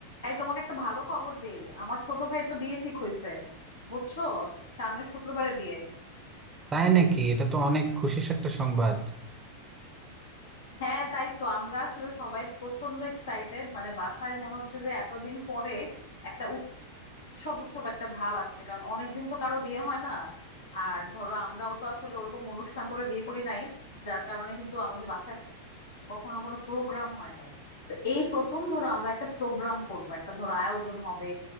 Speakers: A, on the left; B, on the right.
A: এই তোমাকে একটা ভালো খবর দেই আমার ছোট ভাই তো বিয়ে ঠিক হয়েছে বুঝছো সামনের শুক্রবারে বিয়ে
B: তাই নাকি এটা তো অনেক খুশির একটা সংবাদ
A: হ্যাঁ তাই তো আমরা আসলে সবাই প্রচন্ড এক্সাইটেড মানে বাসায় মনে হচ্ছে যে এতদিন পরে একটা উৎসব উৎসব একটা ভাব আসছে কারণ অনেকদিন তো কারো বিয়ে হয় না আর ধরো আমরাও তো আসলে ওরকম অনুষ্ঠান করে বিয়ে করি নাই যার কারণে কিন্তু আমাদের বাসায় কখনো কোনো প্রোগ্রাম হয় নাই তো এই প্রথম ধরো আমরা একটা প্রোগ্রাম করব একটা ধরো আয়োজন হবে